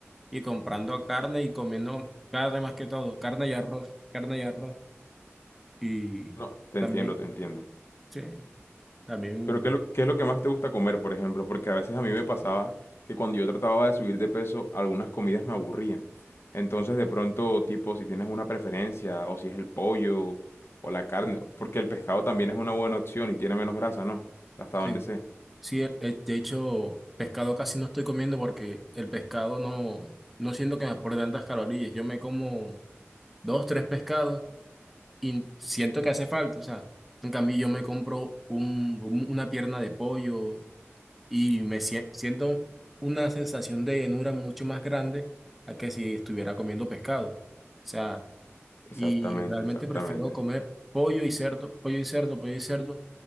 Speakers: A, in the centre; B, on the left.
A: y comprando carne y comiendo carne más que todo, carne y arroz, carne y arroz. Y
B: No, te
A: también,
B: entiendo, te entiendo.
A: sí, también,
B: Pero ¿qué es lo, qué es lo que más te gusta comer, por ejemplo? Porque a veces a mí me pasaba que cuando yo trataba de subir de peso, algunas comidas me aburrían. Entonces, de pronto, tipo, si tienes una preferencia, o si es el pollo, o la carne, porque el pescado también es una buena opción y tiene menos grasa, ¿no? Hasta
A: sí.
B: donde sé.
A: Sí, e- e- de hecho, pescado casi no estoy comiendo porque el pescado no, no siento que me aporte tantas calorías. Yo me como dos, tres pescados y siento que hace falta. O sea, en cambio yo me compro un, un- una pierna de pollo y me sie- siento una sensación de llenura mucho más grande a que si estuviera comiendo pescado. O sea,
B: Exactamente,
A: y realmente
B: exactamente.
A: prefiero comer pollo y cerdo, pollo y cerdo, pollo y cerdo,